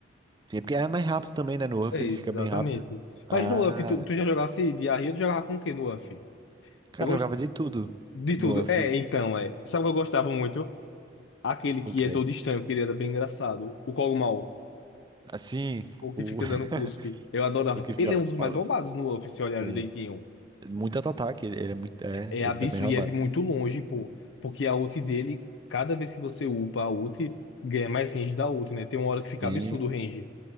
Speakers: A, on the right (about 25°); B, on the left (about 75°).
A: é porque é mais rápido também, né? No Uff
B: É,
A: ele
B: Exatamente.
A: fica bem rápido. Ah,
B: Mas no UF, tu, tu já jogasse de Arria, tu jogava com o que no UF?
A: cara,
B: Eu gosto
A: eu jogava de tudo
B: de tudo.
A: no Uff.
B: É, então, é. Sabe o que eu gostava muito? Aquele que
A: Ok.
B: é todo estranho, que ele era bem engraçado. O Kog'Maw,
A: Assim,
B: o que
A: o,
B: fica
A: <laughs>
B: dando cuspe. Eu adorava.
A: o que fica.
B: Ele é um dos
A: Fala,
B: mais roubados no UF, se olhar
A: é,
B: direitinho.
A: muito auto-ataque, ele, ele é muito. É,
B: É
A: ele
B: absurdo
A: tá bem roubado.
B: e é de muito longe, pô. Porque a ult dele, cada vez que você upa a ult, ganha mais range da ult, né? Tem uma hora que fica
A: Bem,
B: absurdo o range.